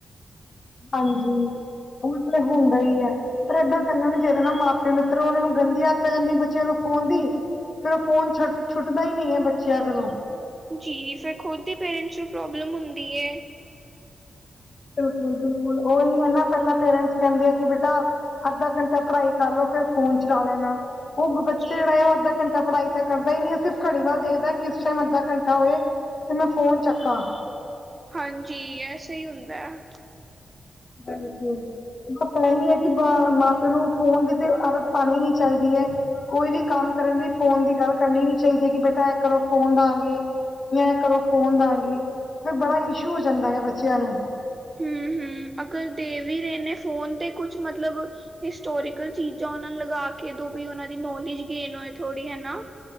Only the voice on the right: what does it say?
ਜੀ, ਫੇਰ ਖੁਦ ਹੀ ਪੇਰੈਂਟਸ ਨੂੰ ਪ੍ਰੋਬਲਮ ਹੁੰਦੀ ਹੈ
ਜੀ,
ਹਾਂਜੀ, ਇਹ ਸਹੀ ਹੁੰਦਾ ਹੈ
ਹਮ -ਹਮ ਅਗਰ ਦੇ ਵੀ ਰਹੇ ਨੇ ਫੋਨ ਤੇ ਕੁਛ ਮਤਲਬ ਹਿਸਟੋਰੀਕਲ ਚੀਜ਼ਾਂ ਉਹ ਨੂੰ ਲਗਾ ਕੇ ਦੋ ਵੀ ਉਹਨਾਂ ਦੀ ਨੋਲੇਜ ਗੇਨ ਹੋਏ ਥੋੜ੍ਹੀ ਹਨਾ